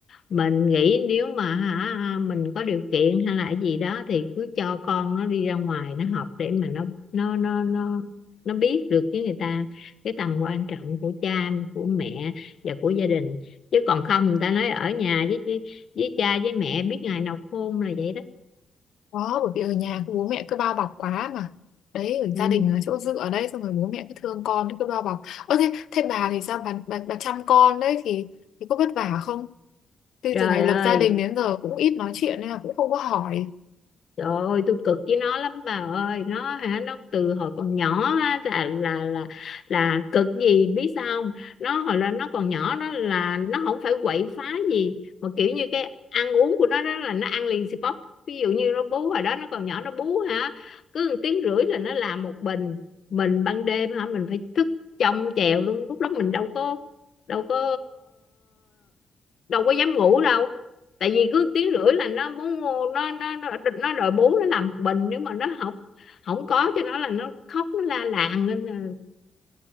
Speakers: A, on the left; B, on the left.
A: mình nghĩ nếu mà hả à, mình có điều kiện hay là cái gì đó thì cứ cho con nó đi ra ngoài nó học để mà nó nó nó nó nó biết được với người ta cái tầm quan trọng của cha của mẹ và của gia đình chứ còn không người ta nói ở nhà với với, với cha với mẹ biết ngày nào khôn là vậy đó
B: Đó, bởi vì ở nhà cứ bố mẹ cứ bao bọc quá mà. Đấy, ở
A: ừ.
B: gia đình là chỗ dựa ở đây xong rồi bố mẹ cứ thương con cứ bao bọc. Ơ thế, thế bà thì sao bà, bà, bà chăm con đấy thì thì có vất vả không? Thế
A: Trời
B: từ ngày lập
A: ơi
B: gia đình đến giờ cũng ít nói chuyện nên là cũng không có hỏi.
A: Trời ơi tôi cực với nó lắm bà ơi nó hả nó từ hồi còn nhỏ á, là là là là cực gì biết sao không nó hồi là nó còn nhỏ đó là nó không phải quậy phá gì mà kiểu như cái ăn uống của nó đó là nó ăn liền xì bóp ví dụ như nó bú hồi đó nó còn nhỏ nó bú hả cứ một tiếng rưỡi là nó làm một bình mình ban đêm hả mình phải thức trông chèo luôn lúc đó mình đâu có đâu có đâu có dám ngủ đâu tại vì cứ tiếng rưỡi là nó muốn nó nó nó, nó đòi bú nó làm bình nếu mà nó học không có cho nó là nó khóc nó la làng lên là,